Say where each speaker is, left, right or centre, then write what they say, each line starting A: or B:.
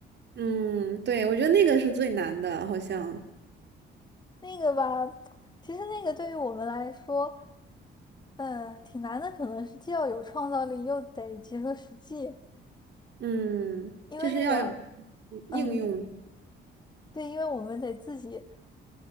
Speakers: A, on the right; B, on the left.
A: 嗯，对，我觉得那个是最难的，好像，
B: 那个吧，其实那个对于我们来说，嗯，挺难的，可能是既要有创造力，又得结合实际，
A: 嗯，
B: 因为那个，
A: 就是要有
B: 嗯，
A: 应用，
B: 对，因为我们得自己。